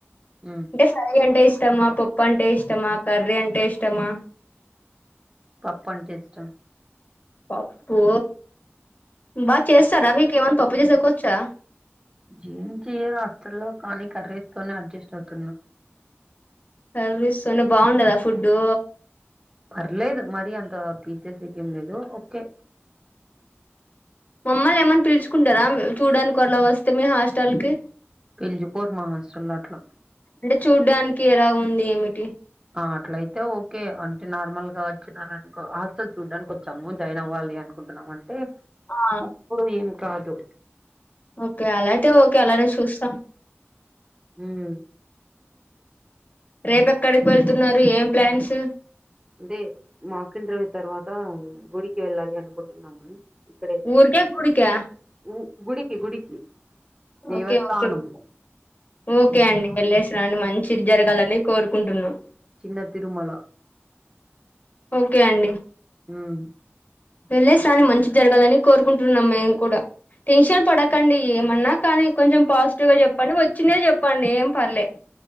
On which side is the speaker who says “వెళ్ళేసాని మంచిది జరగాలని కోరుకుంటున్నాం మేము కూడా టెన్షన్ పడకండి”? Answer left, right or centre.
Left